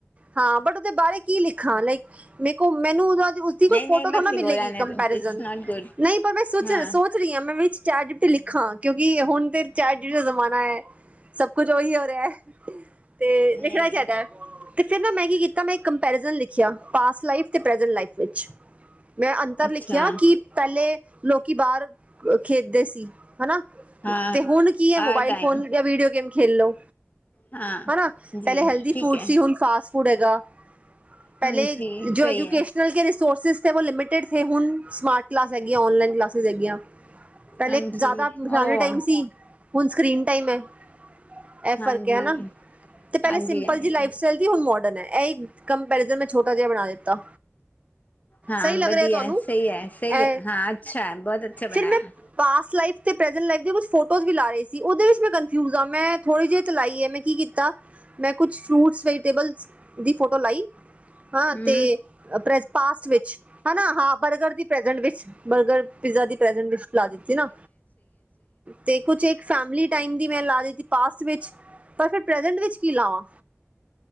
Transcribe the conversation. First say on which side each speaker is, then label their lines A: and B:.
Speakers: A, on the right; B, on the left.
A: ਹਾਂ ਬਟ ਓਦੇ ਬਾਰੇ ਕੀ ਲਿਖਾਂ, ਲਾਈਕ ਮੇ ਕੋ ਮੈਨੂੰ ਓਦਾ ਉਸਦੀ ਕੋਈ
B: ਨਹੀਂ
A: ਫੋਟੋ
B: ਨਹੀਂ ਮਤ
A: ਤੋਂ ਨਾ
B: ਲਿਖੋ
A: ਮਿਲੇਗੀ
B: ਰਹਿਣੇ
A: ਕੰਪੈਰੀਜ਼ਨ।
B: ਦੋ ਇਟਸ ਨੋਟ ਗੁਡ
A: ਨਈ ਪਰ ਮੈਂ ਸਚ
B: ਹਾਂ
A: ਦਸੋ ਥਰੀ ਆਂ ਮੈਂ ਵਿਚ ਚੈਟ ਜੀ ਪੀ ਡਿ ਲਿਖਾਂ ਕਿਉਂਕਿ ਹੁਣ ਤੇ ਚੈ ਜੀ ਦਾ ਜ਼ਮਾਨਾ ਏ। ਸਭ ਕੁਝ ਓਹੀ ਹੋ ਰਿਆ ਤੇ
B: ਨਹੀਂ
A: ਲਿਖਣਾ ਚਾਈਦਾ। ਤੇ ਫੇਰ ਨਾ ਮੈਂ ਕੀਤਾ ਮੈਂ ਇਕ ਕਮਪੇਰੀਜਨ ਲਿਖਿਆ, ਪਾਸਟ ਲਾਈਫ ਤੇ ਪਰੇਂਜਟ ਲਾਈਫ ਵਿਚ। ਮੈਂ ਅੰਤਰ
B: ਅੱਛਾ
A: ਲਿਖਿਆ ਕੀ ਪੈਲੇ ਲੋਕੀ ਬਾਰ ਖੇਡਦੇ ਸੀ ਹਨਾ।
B: ਹਾਂ
A: ਤੇ ਹੁਣ ਕੀ ਏ
B: ਆ
A: ਮੋਬਾਇਲ
B: ਟਾਈਮ
A: ਫੋਨ ਜਾਂ ਵੀਡੀਓ ਗੇਮ ਖੇਲੋ।
B: ਹਾਂ
A: ਹਨਾ
B: ਜੀ
A: ਪੈਲੇ ਹੈਲਦੀ
B: ਠੀਕ
A: ਫੂਡ
B: ਹੈ
A: ਸੀ, ਹੁਣ ਫਾਸਟ ਫੂਡ ਹੈਗਾ। ਪੈਲੇ-
B: ਹਾਂਜੀ
A: ਜੋ
B: ਸਹੀ
A: ਐਜੂਕੇਸ਼ਨ
B: ਹੈ
A: ਰਿਸੋਰਸਿਸ ਥੇ ਵੋ ਲਿਮਿਟਿਡ ਦੇ, ਹੁਣ ਸਮਾਟ ਕਲਾਸ ਹੈਗੀਆਂ, ਔਨਲਾਈਨ ਕਲਾਸਿਸ ਹੈਗੀਆਂ। ਪੈਲੇ
B: ਹਾਂਜੀ
A: ਜਾਦਾ
B: ਉਹ
A: ਫੈਮਲੀ ਟਾਈਮ ਸੀ, ਹੁਣ ਸਕਰੀਨ ਟਾਈਮ ਐ। ਐ
B: ਹਾਂਜੀ
A: ਫਰਕ ਐ ਨਾ, ਤੇ ਪੈਲੇ
B: ਹਾਂਜੀ
A: ਸਿੰਪਲ
B: ਹਾਂਜੀ
A: ਜੀ ਲਾਈਫ ਸੈਲਜੀ ਹੁਣ ਮੋਡਨ ਐ। ਐ ਕੰਪੈਰੀਜ਼ਨ ਮੈਂ ਛੋਟਾ ਜਿਆ ਬਣਾ ਦਿੱਤਾ।
B: ਹਾਂ
A: ਸਹੀ ਲੱਗ
B: ਵਧੀਆ
A: ਰਿਹਾ ਤੁਹਾਨੂੰ
B: ਸਹੀ ਐ ਸਹੀ
A: ਇਹ
B: ਐ। ਹਾਂ ਅੱਛਾ ਐ ਬੋਤ ਅੱਛਾ ਬਣਾਇਆ।
A: ਫਿਰ ਮੈਂ ਪਾਸਟ ਲਾਈਫ ਤੇ ਪ੍ਰੈਜੈਂਟ ਲਾਈਫ ਦੇ ਕੁਛ ਫੋਟੋਜ਼ ਵੀ ਲਾ ਰਹੇ ਸੀ। ਓਦੇ ਵਿੱਚ ਮੈਂ ਕਨਫਿਊਜ ਆਂ, ਮੈਂ ਥੋੜੀ ਜੀ ਚਲਾਈ ਏ ਮੈਂ- ਕੀ ਕੀਤਾ, ਮੈਂ ਕੁਛ ਫਰੂਟਸ, ਵੈਜ ਟੇਬਲਸ ਦੀ ਫੋਟੋ ਲਾਈ, ਹਾਂ
B: ਹਮ
A: ਤੇ ਪ੍ਰੈ -ਪਾਸਟ ਵਿੱਚ ਹਨਾ ਹਾ ਤੇ ਬਰਗਰ ਦੀ ਪ੍ਰੈਜੈਂਟ ਵਿੱਚ। ਬਰਗਰ, ਪਿਜ਼ਾ ਦੀ ਪ੍ਰੈਂਜਟ ਵਿਚ ਲਾ ਦਿੱਤੀ ਨਾ। ਤੇ ਕੁਛ ਇੱਕ ਫੈਮਲੀ ਟਾਈਮ- ਦੀ ਮੈਂ ਲਾ ਦਿੱਤੀ ਪਾਸਟ ਵਿੱਚ, ਪਰ ਫਿਰ ਪ੍ਰਜੈਂਟ ਵਿੱਚ ਕੀ ਲਾਵਾਂ।